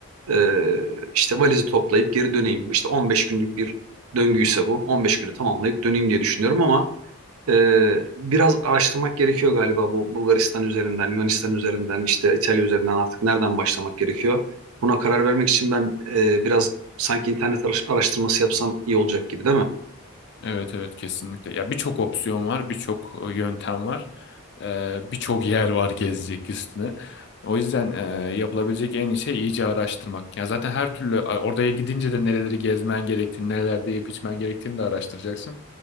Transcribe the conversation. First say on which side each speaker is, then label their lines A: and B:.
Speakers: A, on the right; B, on the left.
A: e, işte valizi toplayıp geri döneyim. İşte 15 günlük bir döngüyse bu. 15 günü tamamlayıp döneyim diye düşünüyorum ama ee, biraz araştırmak gerekiyor galiba bu Bulgaristan üzerinden, Yunanistan üzerinden, işte İtalya üzerinden artık nereden başlamak gerekiyor? Buna karar vermek için ben e, biraz sanki internet araş- araştırması yapsam iyi olacak gibi değil mi?
B: Evet evet kesinlikle. Ya birçok opsiyon var, birçok e, yöntem var. Ee, birçok yer var gezecek üstüne. O yüzden e, yapılabilecek en iyi şey iyice araştırmak. Ya zaten her türlü e, oraya gidince de nereleri gezmen gerektiğini, nelerde yiyip içmen gerektiğini de araştıracaksın.